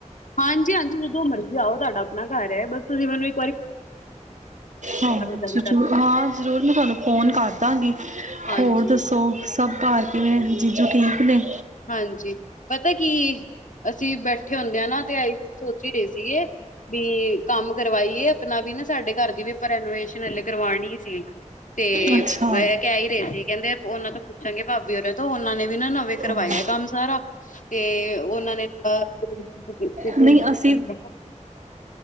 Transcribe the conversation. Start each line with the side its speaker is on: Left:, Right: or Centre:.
Left: ਹਾਂਜੀ ਹਾਂਜੀ ਜਦੋਂ ਮਰਜ਼ੀ ਆਓ ਤੁਹਾਡਾ ਆਪਣਾ ਘਰ ਹੈ ਬਸ ਤੁਸੀਂ ਮੈਨੂੰ ਇ
Right: ਹਾਂ
Left: ਜਾਣੀ
Right: ਜਰ
Left: ਤਦ ਤੱਕ
Right: ਹਾਂ ਜ਼ਰੂਰ ਮੈਂ ਤੁਹਾਨੂੰ ਫੋਨ ਘੱਟ। <unintelligible> ਦਾਂ ਦਾਂਗੀ
Left: ਹਾਂਜੀ
Right: ਹੋਰ ਦੱਸੋ? ਸਭ ਘਰ ਕਿਵੇਂ ਜੀਜੂ ਠੀਕ ਨੇ?
Left: ਹਾਂਜੀ ਪਤਾ ਕੀ ਅਸੀਂ ਬੈਠ ਠੇ ਹੁੰਦੇ ਆ ਨਾ ਤੇ ਅ ਸੋਚ ਹੀ ਰਹੇ ਸੀਗੇ ਵੀ ਕੰਮ ਕਰਵਾਈਏ ਆਪਣਾ ਵੀ ਨਾ ਸਾਡੇ ਘਰ ਦੀ ਵੀ ਆਪਾਂ ਰੈਨੋਵੇਸ਼ਨ ਹਲੇ ਕਰਵਾਣੀ। ਸੀ ਤੇ
Right: ਅੱਛਾ
Left: ਕਹਿ ਹੀ ਰਹੇ ਸੀ ਕਹਿੰਦੇ ਉਹਨਾਂ ਤੋਂ ਪੁੱਛਾਂਗੇ ਭਾਬੀ ਹੋਰਾਂ ਤੋਂ ਉਹਨਾਂ <unintelligible> ਵੀਨਾਂ। ਕਰਵਾਇਆ
Right: ਹਾਂ
Left: ਕੰਮ ਸਾਰਾ। ਤੇ ਉਹਨਾਂ ਨੇ <unintelligible>
Right: ਨਹੀਂ ਅਸੀਂ